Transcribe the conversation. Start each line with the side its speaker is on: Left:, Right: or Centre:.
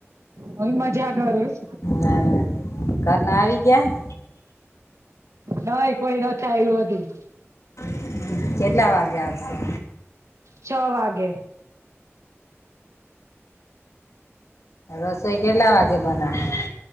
Right: હુંય મજા કરુસ.
Left: હા. ઘરના આવી ગયાં?
Right: નહીં કોઈ નથ આયવું હજી.
Left: હમ્મ. કેટલા વાગે આવશે?
Right: છ વાગે.
Left: રસોઈ કેટલા વાગે બનાવો?